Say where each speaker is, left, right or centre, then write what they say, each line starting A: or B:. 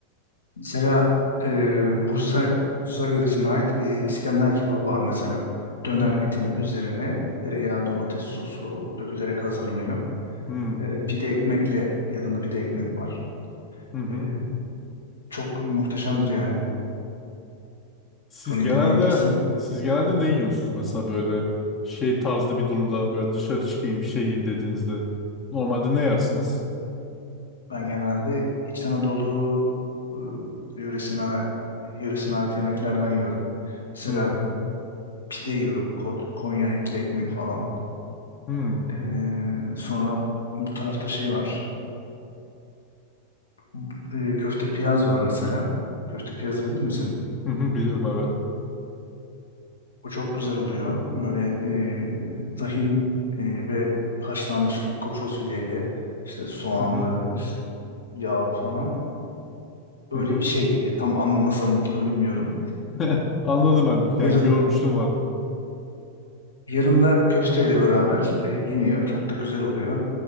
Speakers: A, on the left (about 75°); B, on the left (about 30°).
A: Mesela e, Bursa Bursa yöresine ait e, İskender kebabı var mesela. Döner
B: Hmm,
A: etinin üzerine tereyağı, domates sosu dökülerek hazırlanıyor.
B: hmm,
A: E, pide ekmekle yanında pide ekmek var.
B: hı hı.
A: E, çok muhteşemdir yani.
B: Siz
A: Onu
B: genelde
A: deneyebilirsin.
B: siz genelde ne yiyorsunuz mesela böyle şey tarzı bir durumda böyle dışarı çıkayım bir şey yiyin dediğinizde normalde ne yersiniz?
A: Ben genelde İç Anadolu ıı, yöresine, yöresine ait yemeklerden yiyorum. Mesela
B: Hmm.
A: pide yiyorum. Kod- Konya etli ekmek falan.
B: Hmm.
A: Ee, sonra bu tarafta şey var. Bu- e, köfte piyaz var mesela. Köfte piyazı bilir misin?
B: Hı hı, biliyorum evet.
A: O çok güzel oluyor. Böyle e, tahin e, ve haşlanmış kuru fasulyeyle işte soğanlı,
B: Hı hı,
A: işte yağlı falan böyle
B: hı hı.
A: bir şey. E, tam an- nasıl anlatılır bilmiyorum.
B: <laughs> Anladım ben.
A: Yarın
B: Yani görmüştüm var.
A: yarın da köfteyle beraber e, yeniyor. Çok da güzel oluyor.